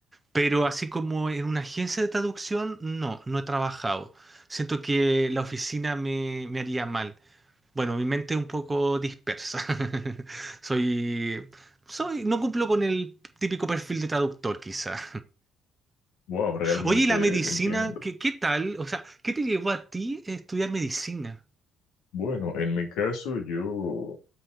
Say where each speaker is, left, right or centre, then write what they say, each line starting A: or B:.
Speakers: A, on the right (about 25°); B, on the left (about 70°).
A: pero así como en una agencia de traducción, no, no he trabajado. Siento que la oficina me, me haría mal. Bueno, mi mente es un poco dispersa. <laughs> Soy, soy, no cumplo con el típico perfil de traductor, quizá.
B: Wow, realmente
A: Oye, ¿y la medicina?
B: entiendo.
A: ¿Qué, qué tal? O sea, ¿qué te llevó a ti a estudiar medicina?
B: Bueno, en mi caso yo